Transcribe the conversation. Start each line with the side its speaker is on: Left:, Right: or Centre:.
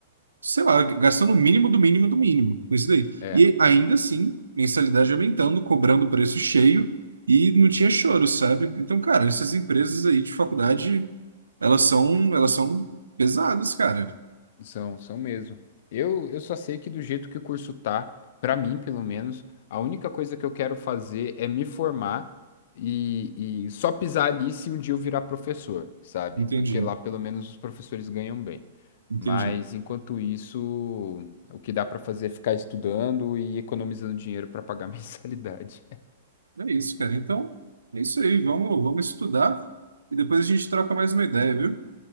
Right: sei lá, gastando o mínimo do mínimo do mínimo com isso daí.
Left: é,
Right: E ainda assim, mensalidade aumentando, cobrando o preço cheio e não tinha choro, sabe? Então, cara, essas empresas aí de faculdade, elas são, elas são pesadas, cara.
Left: são, são mesmo. Eu, eu só sei que do jeito que o curso tá, pra mim, pelo menos, a única coisa que eu quero fazer é me formar e, e só pisar ali se um dia eu virar professor, sabe?
Right: Entendi,
Left: Porque lá pelo menos os professores ganham bem.
Right: entendi.
Left: Mas enquanto isso, o que dá pra fazer é ficar estudando e economizando dinheiro pra pagar <laughs> mensalidade.
Right: É isso, cara. Então, é isso aí. Vamos, vamos estudar e depois a gente troca mais uma ideia, viu?